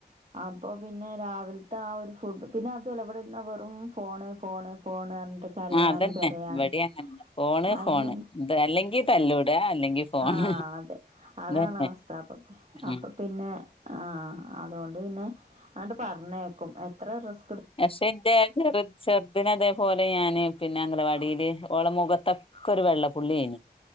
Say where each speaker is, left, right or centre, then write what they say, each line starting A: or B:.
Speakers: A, on the right; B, on the left.
A: അപ്പൊ പിന്നെ രാവിലത്തെ ആ ഒരു ഫുഡ് പിന്നെ അത്ല ഇവിടെരുന്ന വെറും ഫോണ് ഫോണ് ഫോണ്. കരയാനും
B: ആ അതന്നെ
A: പെരയാനും
B: ഇ വടി അങ്ങനന്നെ ഫോണ്
A: അയിന്
B: ഫോണ് ഇത് അല്ലെങ്കി തല്ലൂട അല്ലെങ്കി ഫോണ്.
A: ആ അതെ അതാണ്
B: ഇതന്നെ
A: അവസ്ഥ അപ്പൊ അപ്പൊ
B: ഉം
A: പിന്നെ ആ അതുകൊണ്ട് പിന്നെ അണ് പറഞ്ഞേക്കും എത്ര റിസ്
B: പക്ഷെ എന്റെ എടത്തിറയുചെറ ചെറുദന് അതേപോലെ ഞാന് പിന്നെ പിന്നെ അംഗലവാടിയില് ഓള മുഖത്തൊക്കെ ഒരു വെള്ള പുള്ളിയേ നി.